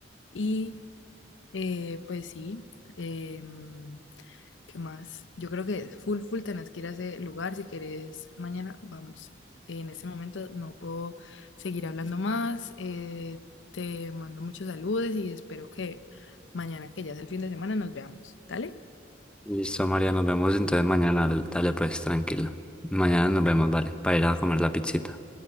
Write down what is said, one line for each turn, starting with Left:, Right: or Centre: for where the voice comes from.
Left: Y eh, pues sí, em, ¿qué más? Yo creo que full, full tenés que ir a ese lugar si querés. Mañana vamos. En este momento no puedo seguir hablando más. eh, te mando muchos saludos y espero que mañana, que ya es el fin de semana, nos veamos. ¿Dale?
Centre: Listo, María, nos vemos entonces mañana. Dale pues, tranquila. Mañana nos vemos, vale, para ir a comer la pizzita.